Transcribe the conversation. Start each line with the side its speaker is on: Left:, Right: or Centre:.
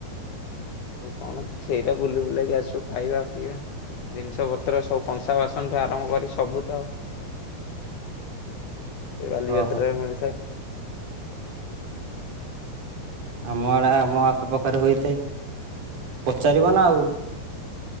Left: ଆଉ କଣ ସେଇଟା ବୁଲି ବୁଲାକି ଆସୁ। ଖାଇବା ପିଇବା ଜିନିଷ ପତ୍ର ସବୁ କଂସା ବାସନଠୁ ଆରମ୍ଭ କରି ସବୁ ସେ ବାଲି
Right: ଓହୋ
Left: ଯାତ୍ରାରେ ମିଳିଥାଏ।
Right: ଆମ ଆଡେ ଆମ ଆଖପାଖରେ ହୋଇଥାଏ। ପଚାରିବ ନା ଆଉ।